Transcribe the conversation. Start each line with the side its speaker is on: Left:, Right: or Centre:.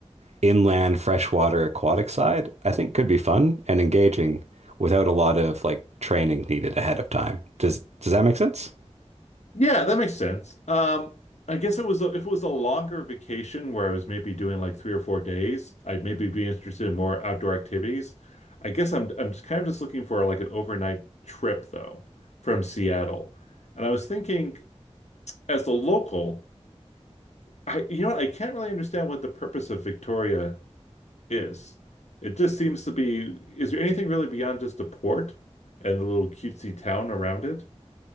Right: inland freshwater aquatic side, I think could be fun and engaging without a lot of like training needed ahead of time. Does does that make sense?
Left: Yeah, that makes sense. Um, I guess it was a, if it was a longer vacation where I was maybe doing like three or four days, I'd maybe be interested in more outdoor activities. I guess I'm I'm just kind of just looking for like an overnight trip though from Seattle. And I was thinking as a local, I you know what, I can't really understand what the purpose of Victoria is. It just seems to be, is there anything really beyond just the port and the little cutesy town around it?